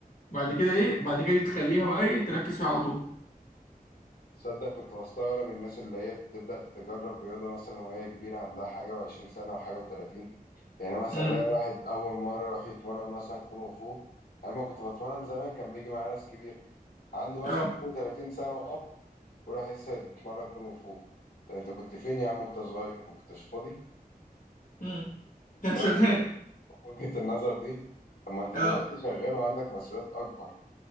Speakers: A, on the left; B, on the left.
A: بعد كده ايه بعد كده تخليها بقى ايه تركز فيها على طول
B: تصدق كنت بستغرب الناس اللي هي بتبدأ تجرب رياضة مثلا وهي كبيرة عندها حاجة وعشرين سنة وحاجة وتلاتين يعني مثلا
A: امم
B: الاقي واحد أول مرة راح يتمرن مثلا كونغ فو أما كنت بتمرن زمان كان بيجي معايا ناس كبيرة عنده مثلا
A: اه
B: 32 سنة وأب وراح لسه يتمرن كونغ فو طب أنت كنت فين يا عم وأنت صغير ما كنتش فاضي
A: امم كان
B: فاهم
A: شغال
B: وجهة <laughs> وجهة النظر دي طب ما أنت
A: اه
B: دلوقتي شغال وعندك مسؤوليات أكبر